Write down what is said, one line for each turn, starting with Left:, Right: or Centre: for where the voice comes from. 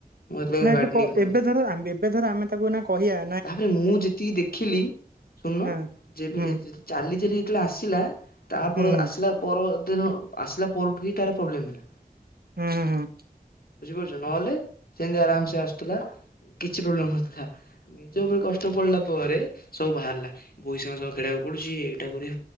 Left: ମୁଁ ଯେତେବେଳେ
Right: ନାଁ ଏବେ
Left: ଗାଡି
Right: କ
Left: ନେଇ ପଳଉଥିଲି
Right: ଏବେ ଧର ଆଁ ଏବେ ଧର ଆମେ ତାକୁ ଏଇନା କହିଆ
Left: ତାପରେ ମୁଁ ଯେତିକି ଦେଖିଲି ଶୁଣନ
Right: ହଁ
Left: ଯେବେ
Right: ହୁଁ
Left: ଯେ ଯେ ଚାଲି ଚାଲି ଯେତେବେଳେ ଆସିଲା ତାପର
Right: ହୁଁ
Left: ଆସିଲା ପରଦିନ ଆସିଲା ପରଠୁଁ ହିଁ ତାର ପ୍ରୋବ୍ଲେମ୍ ହେଲା।
Right: ହୁଁ।
Left: ବୁଝିପାରୁଛ ନହେଲେ ସେମିତି ଆରାମସେ ଆସୁଥିଲା କିଛି ପ୍ରୋବ୍ଲେମ୍ ନଥିଲା। ନିଜ ଉପରେ କଷ୍ଟ ପଡିଲା ପରେ ସବୁ ବାହାରିଲା ଭୋଇ ସାଙ୍ଗ ସହ ଖେଳିବାକୁ ପଡୁଛି ଏଇଟା କରି